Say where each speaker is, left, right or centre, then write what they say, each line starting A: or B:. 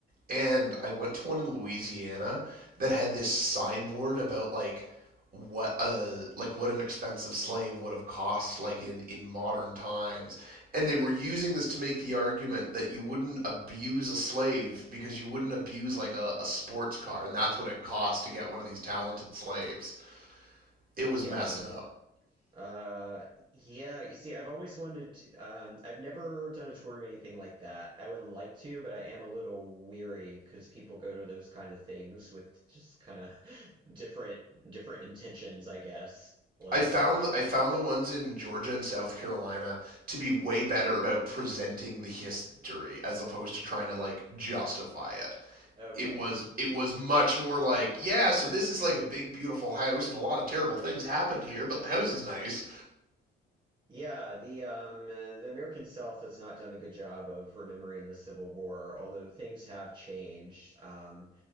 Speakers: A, on the right (about 45°); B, on the right (about 25°).
A: And I went to one in Louisiana that had this signboard about like what uh like what an expensive slave would have cost like in in modern times and they were using this to make the argument that you wouldn't abuse a slave because you wouldn't abuse like a, a sports car and that's what it costs to get one of these talented slaves it was
B: yeah
A: messed up
B: Uh, yeah, you see, I've always wanted to, um, I've never done a tour of anything like that. I would like to, but I am a little weary because people go to those kind of things with just kind of <laughs> different different intentions, I guess. Like,
A: i found i found the ones in georgia and south carolina to be way better about presenting the history as opposed to trying to like justify it
B: okay.
A: it was it was much more like yeah so this is like a big beautiful house and a lot of terrible things happened here but the house is nice
B: Yeah, the um, uh, the American South has not done a good job of remembering the Civil War, although things have changed. Um,